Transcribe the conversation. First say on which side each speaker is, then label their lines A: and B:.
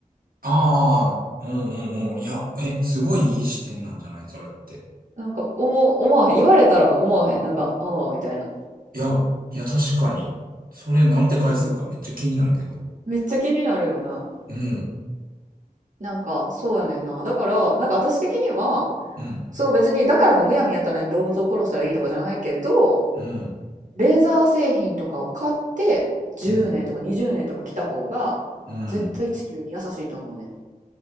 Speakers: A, on the right; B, on the right.
A: ああ、うんうんうん。いや、え、すごいいい視点なんじゃないそれって。
B: なんか、思、思わへん。言われたら思わへん。なんか、ああ、みたいな。
A: いや、いや、確かに。それなんて返すんかめっちゃ気になるけど。
B: そう。めっちゃ気になるよな。
A: うん、
B: なんか、そうやねんな。だから、なんか私的には、
A: うん、
B: そう別に、だからってむやみやたらに動物を殺したらいいとかじゃないけど、
A: うん、
B: レーザー製品とかを買って、10年とか20年とか来た方が、
A: うん、うん。
B: 絶対地球に優しいと思うねん。